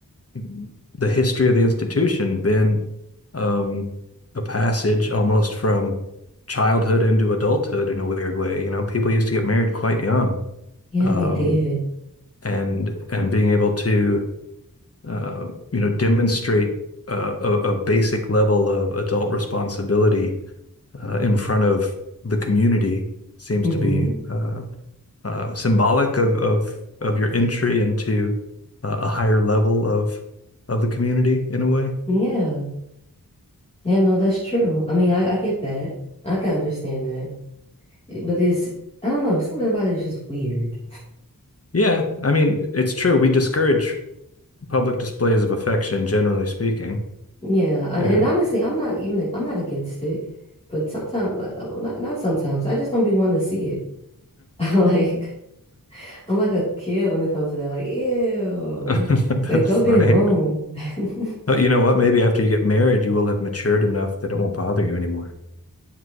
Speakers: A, on the left; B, on the left.
A: know, the history of the institution been um, a passage almost from childhood into adulthood in a weird way. You know, people used to get married quite young,
B: Yeah,
A: um,
B: they did.
A: and and being able to uh, you know, demonstrate uh, a, a basic level of adult responsibility uh, in front of the community seems
B: hmm
A: to be uh, uh, symbolic of, of of your entry into uh, a higher level of of the community in a way.
B: Yeah. Yeah, no, that's true. I mean, I, I get that. I can understand that. It- But it's, I don't know, something about it is just weird.
A: Yeah, I mean, it's true. We discourage public displays of affection, generally speaking.
B: Yeah, and,
A: Yeah.
B: and honestly, I'm not even, I'm not against it. But sometimes, like, uh, well, not not sometimes, I just don't be wanting to see it. <laughs> Like, I'm like a kid when it comes to that. Like, ew.
A: <laughs> That's
B: Like, go
A: funny.
B: get a room. <laughs>
A: Oh, you know what? Maybe after you get married, you will have matured enough that it won't bother you anymore.